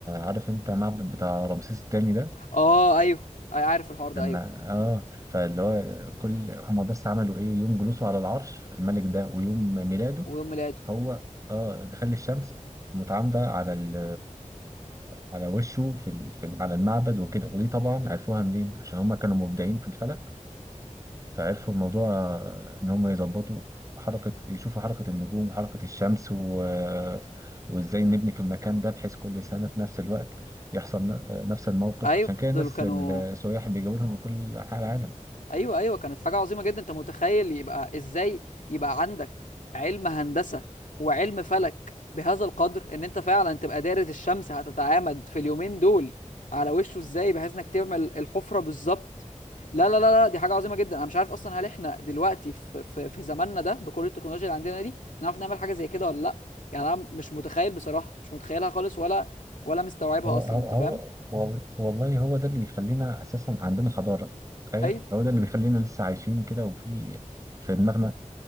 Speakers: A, on the right (about 25°); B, on the left (about 80°).
A: عارف انت معبد بتاع رمسيس الثاني ده
B: اه ايوه اي عارف الحوار ده
A: لما
B: ايوه
A: اه فاللي هو كل هما بس عملوا ايه يوم جلوسه على العرش الملك ده ويوم ميلاده
B: ويوم ميلاده
A: هو اه دخل الشمس متعامده على ال على وشه في ال... في ال... على المعبد وكده ودي طبعا عرفوها منين عشان هما كانوا مبدعين في الفلك فعرفوا الموضوع آه، إن هم يظبطوا حركة يشوفوا حركة النجوم وحركة الشمس و... وإزاي نبني في المكان ده بحيث كل سنة في نفس الوقت يحصل ن- آه، نفس الموقف
B: ايوه
A: عشان كده الناس
B: دول كانوا
A: السياح بيجوا لهم من كل أنحاء العالم
B: ايوه ايوه كانت حاجه عظيمه جدا انت متخيل يبقى ازاي يبقى عندك علم هندسه وعلم فلك بهذا القدر ان انت فعلا تبقى دارس الشمس هتتعامد في اليومين دول على وشه ازاي بحيث انك تعمل الحفره بالظبط لا لا لا لا دي حاجه عظيمه جدا انا مش عارف اصلا هل احنا دلوقتي في في, في زماننا ده بكل التكنولوجيا اللي عندنا دي نعرف نعمل حاجه زي كده ولا لا يعني انا مش متخيل بصراحه مش متخيلها خالص ولا ولا مستوعبها
A: هو
B: اصلا
A: هو
B: انت
A: هو
B: فاهم
A: وال- والله هو ده اللي بيخلينا أساسا عندنا حضارة تخيل
B: ايوه
A: هو ده اللي بيخلينا لسه عايشين كده وفي في دماغنا